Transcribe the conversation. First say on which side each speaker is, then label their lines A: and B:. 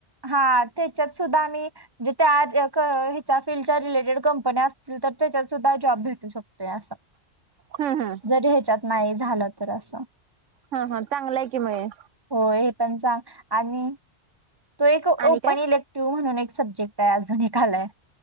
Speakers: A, on the right; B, on the right.
A: हा त्याच्यात सुद्धा आम्ही म्हणजे त्या ह्याच्या फीलडच्या रिलेटेड कंपन्या असतील तर त्याच्यात सुद्धा जॉब भेटू शकतोय असं.
B: हं हं
A: तरी ह्याच्यात नाही झालं तर असं
B: हा हा चांगला आहे की मग
A: हो हे पण सांग आणि तो एक ओपन
B: आणि काय
A: इलेक्टिव्ह म्हणून एक सब्जेक्ट आहे, अजून एक आलाय.